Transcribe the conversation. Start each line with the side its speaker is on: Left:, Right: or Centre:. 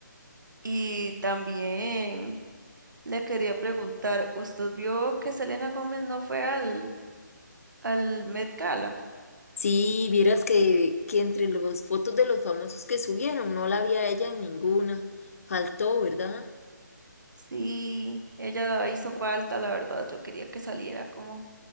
Right: y también Le quería preguntar, ¿usted vio que Selena Gómez no fue al, al Met Gala?
Left: Sí, vieras que, que entre las fotos de los famosos que subieron, no la vi a ella en ninguna. Faltó, ¿verdad?
Right: Sí, ella hizo falta, la verdad. Yo quería que saliera como,